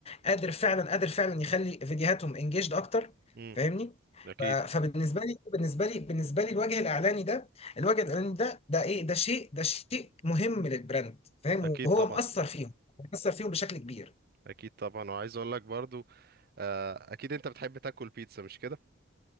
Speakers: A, on the left; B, on the right.
A: قادر فعلا قادر فعلا يخلي فيديوهاتهم انجيجد اكتر
B: امم
A: فاهمني
B: اكيد
A: ف- فبالنسبه لي بالنسبه لي بالنسبه لي الوجه الاعلاني ده الوجه الاعلاني ده ده ايه ده شيء ده شيء مهم للبراند فاهم
B: اكيد
A: وهو
B: طبعا
A: مأثر فيهم مأثر فيهم بشكل كبير
B: اكيد طبعا وعايز اقول لك برضو آه، اكيد انت بتحب تاكل بيتزا مش كده